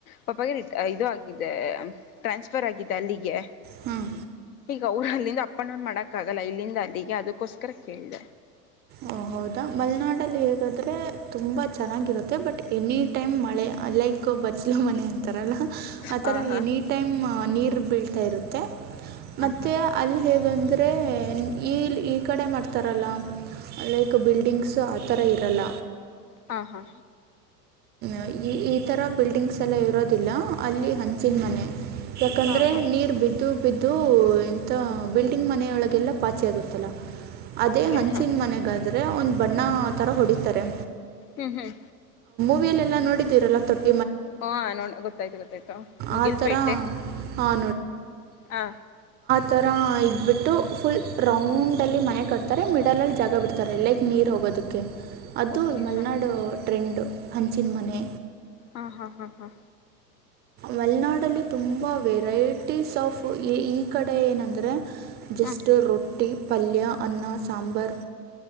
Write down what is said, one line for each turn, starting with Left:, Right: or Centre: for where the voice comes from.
Left: ಪಪ್ಪಾಗೆ ಇದು ಆಗಿದೆ ಟ್ರಾನ್ಸ್ ಫರ್ ಆಗಿದೆ ಅಲ್ಲಿಗೆ.
Right: ಹ್ಮ್.
Left: ಈಗ ಅವರು ಅಲ್ಲಿಂದ ಅಪ್ ಅಂಡ್ ಡೌನ್ ಮಾಡಕ್ ಆಗಲ್ಲ ಇಲ್ಲಿಂದ ಅಲ್ಲಿಗೆ ಅದಕ್ಕೋಸ್ಕರ ಕೇಳ್ದೆ.
Right: ಓ ಹೌದಾ ಮಲ್ನಾಡಲ್ಲಿ ಹೇಗಾದ್ರೆ ತುಂಬ ಚೆನ್ನಾಗಿರುತ್ತೆ ಬಟ್ ಎನಿ ಟೈಮ್ ಮಳೆ ಲೈಕ್ ಬಚ್ಚಲು ಮನೆ. ತರಲ್ಲ ಆಥರ
Left: ಹಾಂ ಹಾಂ
Right: ಎನಿ ಟೈಮ್ ನೀರು ಬೀಳ್ತಾ ಇರುತ್ತೆ. ಮತ್ತೆ
Left: ಹಾಂ ಹಾಂ
Right: ಅಲ್ಲ್ ಹೇಗಂದ್ರೆ ಈಲ್ ಈ ಕಡೆ ಮಾಡ್ತಾರಲ್ಲ. ಲೈಕ್ ಬಿಲ್ಡಿಂಗ್ಸ್ ಆಥರ ಇರಲ್ಲ.
Left: ಹಾ ಹಾ.
Right: ಅ ಈ ಈ ತರ ಬಿಲ್ಡಿಂಗ್ಸ್ ಎಲ್ಲ ಇರೋದಿಲ್ಲ ಅಲ್ಲಿ ಹಂಚಿನ್ ಮನೆ. ಯಾಕಂದ್ರೆ
Left: ಹಾಂ ಹಾಂ
Right: ನೀರ್ ಬಿದ್ದು ಬಿದ್ದು ಎಂತ ಬಿಲ್ಡಿಂಗ್ ಮನೆಯೊಳಗೆಲ್ಲಾ ಪಾಚೆ ಆಗುತ್ ತಲ ಅದೇ
Left: ಓಕೆ
Right: ಹಂಚಿನ್
Left: ಹಾಂ
Right: ಮನೆಗಾದ್ರೆ ಒಂದ್ ಬಣ್ಣ ತರ ಹೊಡಿತಾರೆ.
Left: ಹ್ಮ್ ಹ್ಮ್.
Right: ಪಿಯಲ್ಲೆಲ್ಲ ನೋಡಿದ್ದೀರಲ್ಲ ತೊಟ್
Left: ಹಾ <unintelligible> ಗೊತ್ತಾಯ್ತು ಗೊತ್ತಾಯ್ತು ಮುಗಿಲ್ಪೇಟೆ.
Right: ಆ ಥರ ಹಾಂ
Left: ಹಾ.
Right: ತರ ಇದ್ಬಿಟ್ಟು ಫುಲ್ ರೌಂಡ್ ಅಲ್ಲಿ ಮನೆ ಕಟ್ತಾರೆ ಮಿಡ್ ಡಲಲ್ ಜಾಗ ಬಿಡ್ತಾರೆ ಲೈಕ್ ನೀರು ಹೋಗೋದಕ್ಕೆ ಅದು
Left: ಓಕೆ
Right: ಮಲ್ನಾಡು
Left: ಹಾ
Right: ಟ್ರೆಂಡು ಹಂಚಿನ್ ಮನೆ.
Left: ಹಾ ಹಾ ಹಾ ಹಾ.
Right: ಮಲ್ನಾಡಲ್ಲಿ ತುಂಬ ವೆರೈಟೀಸ್ ಆಫ್ ಏ ಈ ಕಡೆ ಏನಂದ್ರೆ. ಜಸ್ಟ್
Left: ಹಾ
Right: ರೊಟ್ಟಿ ಪಲ್ಯ ಅನ್ನ ಸಾಂಬಾರ್.